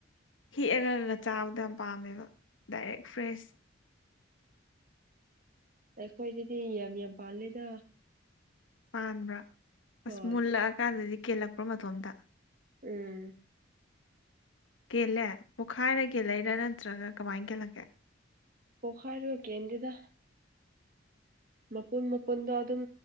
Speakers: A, on the left (about 85°); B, on the right (about 45°).
A: ꯍꯦꯛꯑꯒꯅ ꯆꯥꯕꯗ ꯌꯥꯝ ꯄꯥꯝꯃꯦꯕ ꯗꯥꯏꯔꯦꯦꯛ ꯐ꯭ꯔꯦꯁ
B: ꯑꯩꯈꯣꯏ ꯑꯗꯨꯗꯤ ꯌꯥꯝ ꯌꯥꯝ ꯄꯥꯜꯂꯦꯗ
A: ꯄꯥꯟꯕ꯭ꯔꯥ
B: ꯍꯣꯏ
A: ꯑꯁ ꯃꯨꯜꯂꯛꯑꯀꯥꯟꯗꯗꯤ ꯀꯦꯜꯂꯛꯄ꯭ꯔ ꯃꯇꯣꯝꯗ
B: ꯎꯝ
A: ꯀꯦꯜꯂꯦ ꯄꯣꯛꯈꯥꯏꯔ ꯀꯦꯜꯂꯩꯔꯥ ꯅꯠꯇ꯭ꯔꯒ ꯀꯃꯥꯏ ꯀꯦꯜꯂꯒꯦ
B: ꯄꯈꯥꯔ ꯋꯥ ꯀꯦ ꯌꯦꯟꯗꯤꯗ ꯃꯄꯨꯟ ꯃꯄꯨꯟꯗꯣ ꯑꯗꯨꯝ